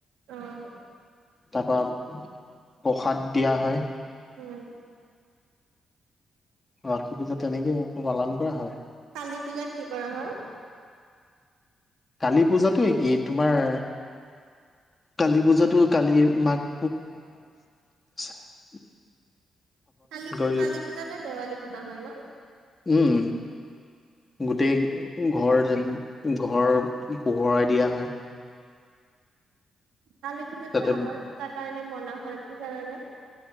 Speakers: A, on the right (about 80°); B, on the left (about 25°).
A: অ',
B: তাপা প্ৰসাদ দিয়া হয়।
A: উম।
B: লক্ষী পূজা তেনেকে পালন কৰা হয়।
A: কালী পূজাত কি কৰা হয়?
B: কালি পূজাতো একেই, তোমাৰ কালি পূজাটো কালি মাক <unintelligible>
A: কালি
B: গৈ
A: কালি পূজাতে দেৱালী পতা হয় ন?
B: উম গোটেই ঘৰ যেন ঘৰ পোহৰাই দিয়া হয়।
A: কালি পূজাটো
B: তাতে
A: আমাৰো এতা কাৰণে মনা হয় কি জানানে?